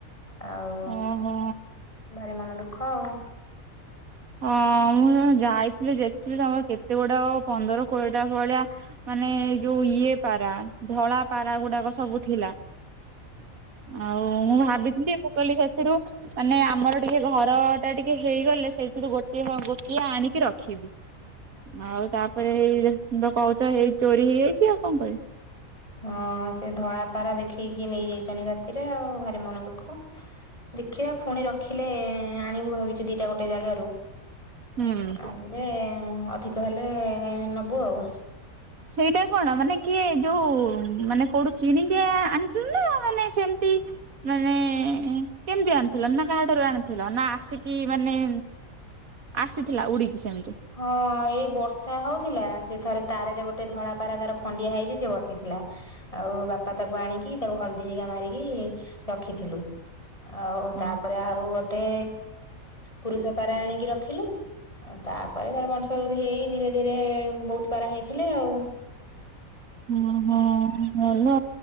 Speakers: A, on the left; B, on the right.
A: ଆଉ
B: ଓହୋ
A: ଭାରି ମନ ଦୁଃଖ ଆଉ।
B: ହଁ ମୁଁ ଯାଇଥିଲି ଯେଥିଲି ତମର କେତେ ଗୁଡା ପନ୍ଦର କୋଡିଏ ଟା ଭଳିଆ ମାନେ ଯୋଉ ଇଏ ପାରା। ଧଳା ପାରା ଗୁଡାକ ସବୁ ଥିଲା। ଆଉ ମୁଁ ଭାବିଥିଲି ମୁଁ କଲି ସେଥିରୁ ମାନେ ଆମର ଟିକେ ଘର ଟା ଟିକେ ହେଇଗଲେ। ସେଇ ସେଠୁ ଗୋଟିଏ ଗୋଟିଏ ଆଣିକି ରଖିବି। ଆଉ ତାପରେ ଏଇ ତ କହୁଛ ଏଇ ଚୋରି ହେଇଯାଇଛି। ଆଉ କଣ କରିବି?
A: ହଁ ସେ ଧଳା ପାରା ଦେଖିକି ନେଇଯାଇଛନ୍ତି। ରାତିରେ ଆଉ ଭାରି ମନ ଦଃଖ। ଦେଖିବା ପୁଣି ରଖିଲେ ଆଣିବୁ ଭାବିଛୁ ଦିଟା ଗୋଟେ ଜାଗାରୁ।
B: ହୁଁ
A: ଆଣିଲେ ଅଧିକ ହେଲେ ନବୁ ଆଉ।
B: ସେଇଟା କଣ ମାନେ କିଏ ଯୋଉ ମାନେ କୋଉଠୁ କିଣିକି ଆଣିଥିଲୁ। ନା ମାନେ ସେମିତି ମାନେ କେମତି ଆଣିଥିଲ? ନା କାହା ଠାରୁ ଆଣିଥିଲ। ନା ଆସିକି ମାନେ ଆସିଥିଲା ଉଡିକି ସେମିତି।
A: ହଁ ଏଇ ବର୍ଷା ହଉଥିଲା ସେ ଥରେ ତାରରେ ଗୋଟେ ଧଳା ପାରା ତାର ଖଣ୍ଡିଆ ହେଇଛି ସେ ବସିଥିଲା। ଆଉ ବାପା ତାକୁ ଆଣିକି ତାକୁ ହଳଦୀ ହେଇକା ମାରିକି ରଖିଥିଲୁ। ଆଉ
B: ହଁ।
A: ତାପରେ ଆଉ ଗୋଟେ ପୁରୁଷ ପାରା ଆଣିକି ରଖିଲୁ। ଆଉ ତା ପରେ ତାର ବଂଶ ବୃଦ୍ଧି ହେଇ ଧୀରେ ଧୀରେ ବହୁତ ପାରା ହେଇଥିଲେ ଆଉ।
B: ଓହୋ ଭଲ।